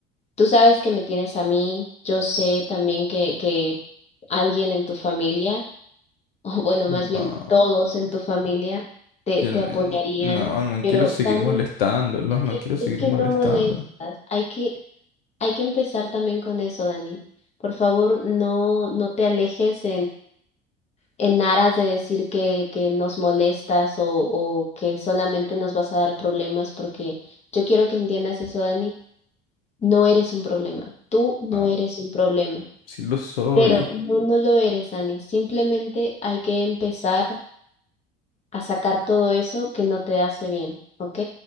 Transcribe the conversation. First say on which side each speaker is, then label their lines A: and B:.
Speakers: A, on the left; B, on the left.
A: tú sabes que me tienes a mí, yo sé también que, que alguien en tu familia, <laughs> o bueno,
B: no,
A: más bien todos en tu familia, te,
B: yo
A: te
B: no,
A: apoyarían.
B: no, no
A: Pero,
B: quiero seguir
A: Dani,
B: molestándolos,
A: es
B: no
A: que-
B: quiero seguir
A: es que
B: molestándolos.
A: no molestas. Hay que, hay que empezar también con eso, Dani. Por favor, no, no te alejes en aras de decir que, que nos molestas o, o que solamente nos vas a dar problemas, porque yo quiero que entiendas eso, Dani, no eres un problema, tú no
B: Ah,
A: eres un problema,
B: sí lo soy.
A: pero no, no lo eres, Dani, simplemente hay que empezar a sacar todo eso que no te hace bien, ¿ok?